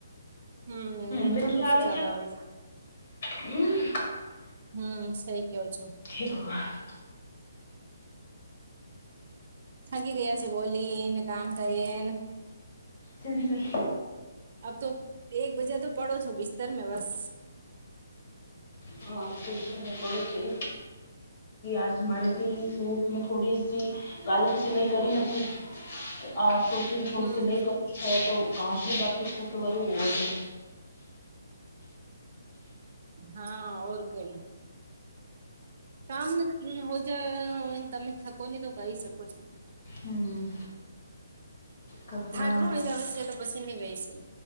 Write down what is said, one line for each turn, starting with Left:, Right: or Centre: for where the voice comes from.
Right: હમ.
Left: વ્યખાયા આવે.
Right: જાદ આવે છે
Left: હમ
Right: હમ સઈ કેયો છો.
Left: હે ભગવાન.
Right: થાકી ગયા છે બોલીને કામ કરીએ.
Left: તેણેગઈ
Right: આપ તો એક બજા તો પડો છો બિસ્તરમે બસ.
Left: હા, વિચારું છું, આજે મારે પણ સેટમાં થોડી... તી કાલે તો સિલાઈ કરી નતી.
Right: <unintelligible>
Left: આ સોચું કે થોડી
Right: હમ
Left: સીલાઈ કર તો બાકી ઇચ્છા તો કરું હોય છે.
Right: હા ઓર કઈ. કામ ને હો જાય તમે થકો ની તો કરી શકો છો.
Left: હમ. કપડા
Right: થાક નો હોય જાવે છે તો પછી નહી હોઈ સક.